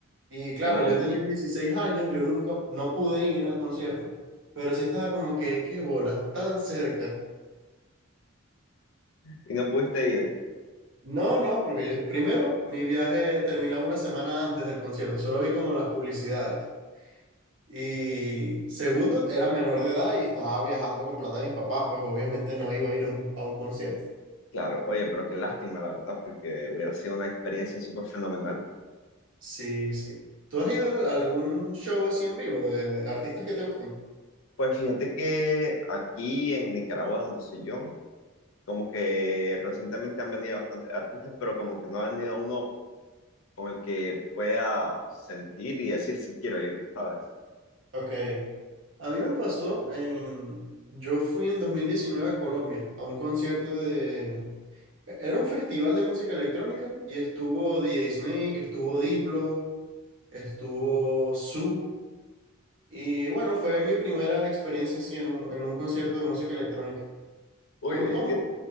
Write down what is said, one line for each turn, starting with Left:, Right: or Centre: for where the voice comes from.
Right: Y claro,
Left: O,
Right: yo tenía 16 años, yo nunca, no pude ir al concierto, pero sí estaba como que, qué bolas, tan cerca.
Left: y no pudiste ir,
Right: No, no, porque yo, primero, mi viaje terminaba una semana antes del concierto, solo vi como las publicidades. Y segundo, era menor de edad y estaba viajando con plata de mis papás, pues obviamente no iba a ir a un a un concierto.
Left: claro. Oye, pero qué lástima, la verdad, porque hubiera sido una experiencia súper fenomenal.
Right: Sí, sí. ¿Tú has ido a algún show así en vivo de artistas que te gustan?
Left: Pues fíjate que aquí en Nicaragua, donde soy yo, como que recientemente han venido bastantes artistas, pero como que no ha venido uno con el que pueda sentir y decir si quiero ir, ¿sabes?
Right: Ok. A mí me pasó en... Yo fui en 2019 a Colombia a un concierto de... Era un festival de música electrónica y estuvo DJ Snake, estuvo Diplo, estuvo Su. Y bueno, fue mi primera experiencia así en un, en un concierto de música electrónica.
Left: Uy,
Right: Me gustó
Left: ¿y
Right: mucho.
Left: qué,